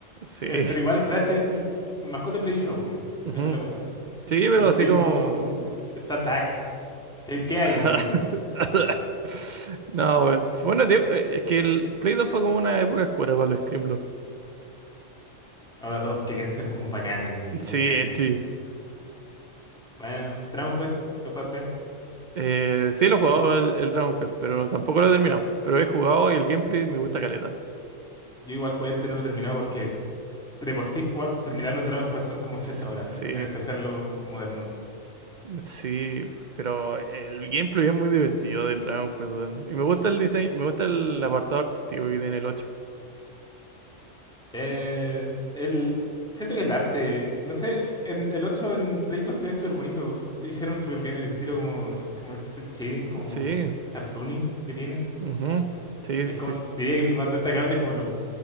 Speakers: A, on the right; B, in the centre.
A: Sí.
B: Que- Pero igual Crash es como un mascota de Play uno po.
A: <laughs>
B: Esa es la cosa.
A: Sí,
B: En
A: pero así
B: Play
A: como...
B: 2 está Tac. ¿Qué, qué
A: <laughs>
B: hay en Play dos
A: No, weón. bueno, tío, eh, es que el Play 2 fue como una época oscura para los Scrimlo.
B: Ahora todos querían ser como bacanes y
A: Sí,
B: como edgys.
A: edgy.
B: Bueno, Dragon Quest, ¿lo jugaste?
A: Eh, sí, lo he jugado el, el Dragon Quest, pero tampoco lo he terminado. Pero he jugado y el gameplay me gusta caleta.
B: Yo igual jugué este, no lo he terminado porque de por sí jugar, terminar un Dragon Quest son como ochenta
A: Sí,
B: horas, en especial lo moderno.
A: mm, sí, pero el gameplay es muy divertido del Dragon Quest, weón. Y me gusta el diseño, me gusta el apartado artístico que tiene el ocho.
B: Eh, el, siento que el arte, no sé, en el 8 en Play 2 se ve súper bonito. Hicieron súper bien el estilo como, como el cel shading, como
A: Sí,
B: cartoony que tiene.
A: ujú. Sí,
B: Es como,
A: sí,
B: diría que lo más destacable es como lo-